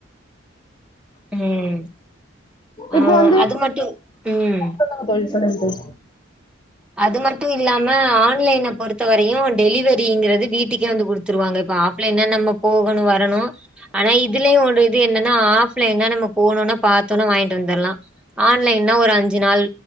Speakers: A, in the centre; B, on the left (about 20°).
A: ம்
B: இப்போ
A: ம்
B: வந்து
A: அது மட்டு ம்
B: சொல்லுங்க தோழி சொல்லுங்க தோழி
A: அது மட்டு இல்லாம ஆன்லைன பொறுத்தவரையு டெலிவரிங்றது வீட்டுக்கே வந்து குடுத்துருவாங்க இப்ப ஆஃப்லைன்னா நம்ம போகணு வரணு ஆனா இதுலயு ஒரு இது என்னன்னா ஆஃப்லைன்னா நம்ம போனோன பாத்தோன வாங்கிட்டு வந்தர்லா ஆன்லைன்னா ஒரு அஞ்சு நாள்